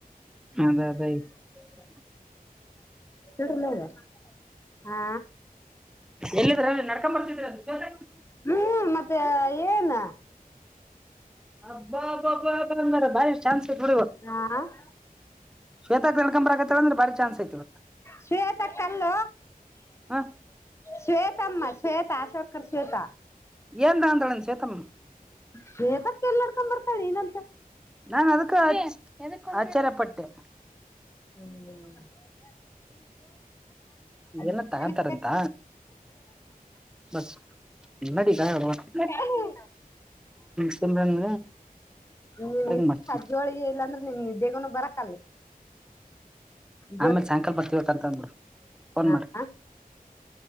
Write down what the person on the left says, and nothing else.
ಚಲ್ಲ <unintelligible> <unintelligible> ಹಾ
ಹ್ಮ್ ಮತ್ತೆ ಏನ್
ಹಾ
ಶ್ವೇತಕ್ಕ ಅಲ್ಲ
ಶ್ವೇತ ಅಮ್ಮ ಶ್ವೇತಾ ಅಶೋಕರ್ ಶ್ವೇತಾ
ಶ್ವೇತಕ್ಕ ಎಲ್ಲಡ್ಕೊ ಬರ್ತಾಳಿ ಇನಂತೆ
ಹ್ಮ್ <unintelligible> ಅದ್
ಜೋಳಿಗೆನೆ
<unintelligible>
ನೀನ್
ಸಜ್ಜೋಳಿಗೆ ಇಲ್ಲಾಂದ್ರೆ ನಿನ್ ನಿದ್ದೆಗ ಬರಕ್ ಜೋಳಿಗೆ
ಹಾ,
ಹಾ.